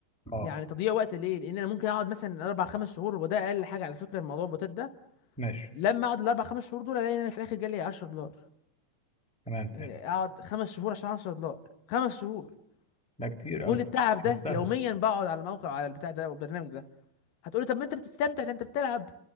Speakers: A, in the centre; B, on the left.
A: اه
B: يعني تضييع وقت ليه؟ لان انا ممكن اقعد مثلا اربع خمس شهور وده اقل حاجه على فكره في موضوع البوتات ده
A: ماشي
B: لما اقعد الاربع خمس شهور دول الاقي ان انا في الاخر جالي 10 دولار
A: تمام فهمت
B: إيه، اقعد خمس شهور عشان 10 دولار خمس شهور
A: لا كتير
B: وكل
A: قوي
B: التعب
A: مش
B: ده
A: مستاهله
B: يوميا بقعد على الموقع على البتاع ده والبرنامج ده هتقولي طب ما انت بتستمتع ده انت بتلعب